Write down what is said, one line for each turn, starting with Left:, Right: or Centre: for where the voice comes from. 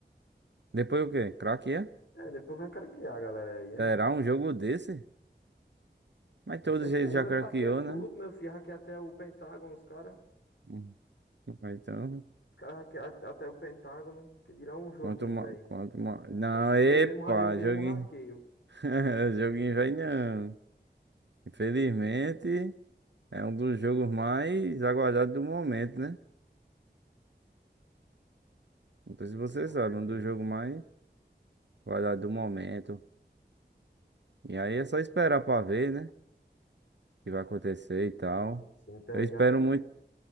Right: Depois o quê? Craqueia?
Left: é, depois vai craquear a galera aí, né?
Right: Será um jogo desse? Mas
Left: Com
Right: todos
Left: certeza,
Right: eles já craqueou,
Left: hackeia tudo,
Right: né?
Left: meu filho. Hackeia até o Pentágono, os caras.
Right: Hum. Então,
Left: Os caras hackeiam at- até o Pentágono. Que dirá um joguinho,
Right: quanto mais.
Left: velho.
Right: Quanto ma... Não,
Left: Parece que
Right: epa,
Left: eu mesmo, ra- eu mesmo
Right: joguinho.
Left: hackeio.
Right: <laughs> Joguinho vai não. Infelizmente, é um dos jogos mais aguardados do momento, né? Não sei
Left: Sim,
Right: se
Left: sim,
Right: você
Left: com
Right: sabe,
Left: certeza.
Right: um dos jogos mais aguardados do momento. E aí é só esperar pra ver, né? O que vai acontecer e tal.
Left: Sim, sim, pegar
Right: Eu espero
Left: e.
Right: muito,